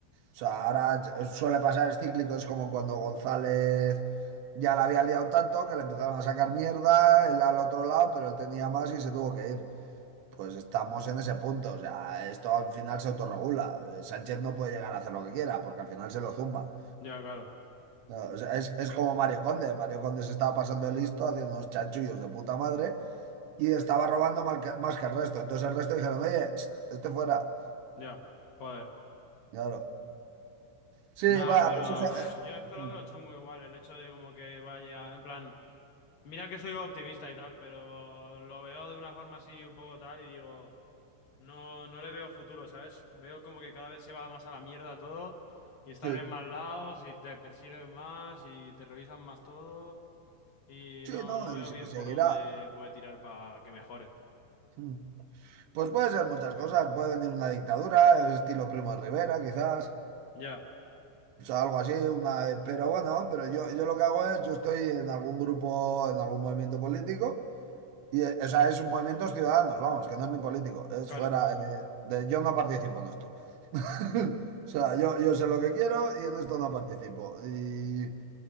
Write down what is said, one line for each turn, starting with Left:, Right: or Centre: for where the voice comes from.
Right: O sea, ahora suele pasar es cíclico, es como cuando González ya la había liado tanto que le empezaron a sacar mierda, él al otro lado, pero él tenía más y se tuvo que ir. Pues estamos en ese punto, o sea, esto al final se autorregula. Eh, Sánchez no puede llegar a hacer lo que quiera porque al final se lo zumban.
Left: Ya, claro.
Right: No, o sea, es, es como Mario Conde. Mario Conde se estaba pasando el listo haciendo unos chanchullos de puta madre y estaba robando mal que- más que el resto. Entonces el resto dijeron, oye, ch, este fuera.
Left: Ya. Joder.
Right: Claro. Sí,
Left: Nah,
Right: va,
Left: pero
Right: pues eso.
Left: pf,
Right: eh,
Left: yo es
Right: mm,
Left: que lo veo chungo igual, el hecho de como que vaya, en plan, mira que soy optimista y tal, pero lo veo de una forma así un poco tal y digo, no, no le veo futuro, ¿sabes? Veo como que cada vez se va más a la mierda todo y estar
Right: Sí,
Left: en más lados y te persiguen más y te revisan más todo y
Right: sí,
Left: no,
Right: no,
Left: no veo
Right: y,
Left: bien
Right: y seguirá.
Left: por dónde puede tirar para que mejore.
Right: Mm. Pues puede ser muchas cosas. Puede venir una dictadura, estilo Primo de Rivera, quizás.
Left: Ya,
Right: O sea, algo así, una, pero bueno, pero yo, yo lo que hago es, yo estoy en algún grupo, en algún movimiento político, y eh, o sea, es un movimiento ciudadanos, vamos, que no es ni político, es
Left: claro.
Right: fuera, eh, de, yo no participo en esto. <laughs> O sea, yo, yo sé lo que quiero y en esto no participo. Y,